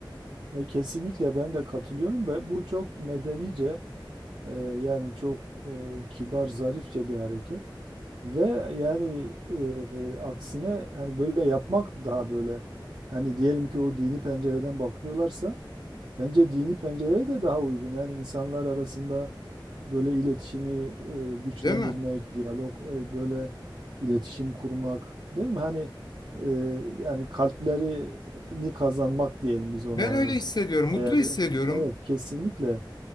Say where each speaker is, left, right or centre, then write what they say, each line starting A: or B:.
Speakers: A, on the right; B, on the left.
A: E, kesinlikle ben de katılıyorum ve bu çok medenice e, yani çok e, kibar, zarifçe bir hareket. Ve yani e, aksine hani böyle yapmak daha böyle hani diyelim ki o dini pencereden bakıyorlarsa bence dini pencereye de daha uygun. Yani insanlar arasında böyle iletişimi e, güçlendirmek,
B: Değil mi?
A: diyalog e, böyle iletişim kurmak değil mi? Hani e, yani kalplerini kazanmak diyelim biz ona
B: Ben
A: hani
B: öyle hissediyorum,
A: eğer
B: mutlu hissediyorum.
A: evet kesinlikle.